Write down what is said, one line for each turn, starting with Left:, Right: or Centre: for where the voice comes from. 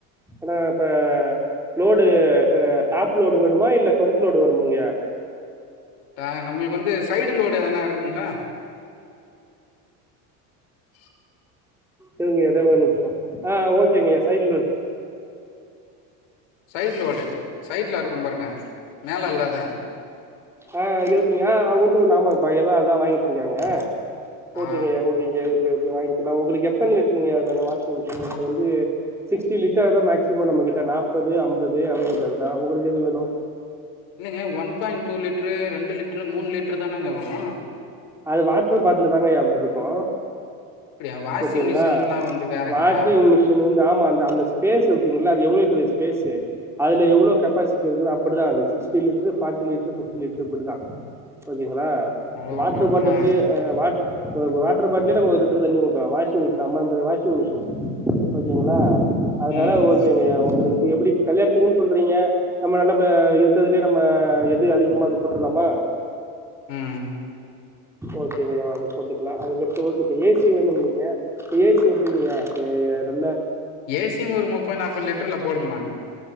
Centre: ஏனா ப்ப லோடு ச டாப்லோடு வடுமா இல்ல கொஞ் லோடு வேணுமங்கயா
Left: அ நம்மளுக்கு வந்து சைடு லோடு எதனா இருக்குங்களா <inaudible>
Centre: இருங்க எத ஒரு நிம்ஷோ ஆஹ் ஓகேங்கயா சைடு லோடு
Left: சைட் லோடு சைட்ல இருக்கும் பாருக்க மேல இல்லாத
Centre: ஆஹ் இருக்குங்க உண்டு உண்ணு ஆமாப்பா எல்லா அதா வாங்கிட்டிருக்காங்க
Left: ஆ
Centre: ஓகேங்கயா ஓகேங்கயா ஓகே ஓகே வாங்கிக்கலா உங்களுக்கு எத்தன் லிட்டருங்கயா வேணு வாஷிங் மிஷின் இப்ப வந்து சிக்ஸிடி லிட்டர்தா மேக்சிமோ நம்ம கிட்ட நாப்பது அம்பது <inaudible> உங்களுக்கு எது வேணு
Left: இல்லைங்க ஒன் பாயிண்ட் டூ லிட்ரு ரெண்டு லிட்ரு மூண் லிட்ரு தானங்க வரு
Centre: அது வாட்டர் பாட்லு தாங்கயா அப்படி இருக்கு
Left: அப்படியா வாஷிங்
Centre: ஓகேங்களா
Left: மிஷின்ல்லா வந்து வேறங்களா?
Centre: வாஷிங் மிஷின் வந் ஆமாந்த அந்த ஸ்பேஸ் இருக்குங்கல்ல அது எவ்ளோ பெரிய ஸ்பேஸு அதுல எவ்ளோ கெப்பாசிட்டி இருக்குதோ அப்படிதா அது sixty litre forty litre fifty litre இப்புடிதா ஓகேங்களா
Left: ஓஹோ!
Centre: வா பாட்டில்லே
Left: ஆ.
Centre: அ வ வட் அ வாட்ரு பாட்டில்யே நம்ம ஒரு லிட்ரு தண்ணி ஊத்தலா வாஷிங் மிஷினு அம்மாம்பெரிய வாஷிங் மிஷினு ஓகேங்களா அதுனால
Left: ம்,
Centre: ஓகேங்கயா ஒங்களு எப்டி இப்ப கல்யாணத்துக்குன்னு சொல்றீங்க நம்ம நல்ல இருக்கதுலயே நம்ம எது அதிகமா இது போட்றலாமா
Left: ம்
Centre: ஓகேங்கா அது பொற் க்கலா அதுக்கடுத்து ஓகே இப்ப ஏ சி வேணுன் ய ஏசி எப்டிங்கையா <unintelligible>
Left: ஏசியும் ஒரு முப்பற் நாப்பத் லிட்டர்ல போடுங்கமா